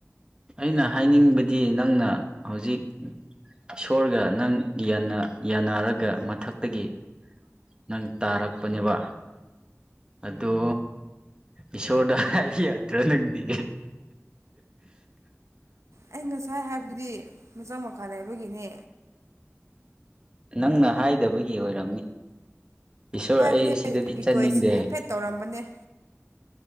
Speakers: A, on the right; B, on the right.
A: ꯑꯩꯅ ꯍꯥꯏꯅꯤꯡꯕꯗꯤ ꯅꯪꯅ ꯍꯧꯖꯤꯛ ꯏꯁꯣꯔꯒ ꯅꯪ ꯌꯥꯟꯅꯔꯒ ꯃꯊꯛꯇꯒꯤ ꯅꯪ ꯇꯥꯔꯛꯄꯅꯦꯕ ꯑꯗꯣ ꯏꯁꯣꯔꯗ ꯍꯥꯏꯕ ꯌꯥꯗ꯭ꯔꯣ ꯅꯪꯗꯤ
B: ꯑꯩ ꯉꯁꯥꯏ ꯍꯥꯏꯕꯗꯤ ꯃꯆꯥꯛ ꯃꯈꯥ ꯂꯩꯕꯒꯤꯅꯦ
A: ꯅꯪꯅ ꯍꯥꯏꯗꯕꯒꯤ ꯑꯣꯏꯔꯝꯃꯤ ꯏꯁꯣꯔ
B: ꯍꯥꯏꯕꯅꯦ
A: ꯑꯩ ꯁꯤꯗꯗꯤ
B: ꯔꯤꯀ꯭ꯋꯦꯁ
A: ꯆꯠꯅꯤꯡꯗꯦ
B: ꯍꯥꯏꯐꯦꯠ ꯇꯧꯔꯝꯕꯅꯦ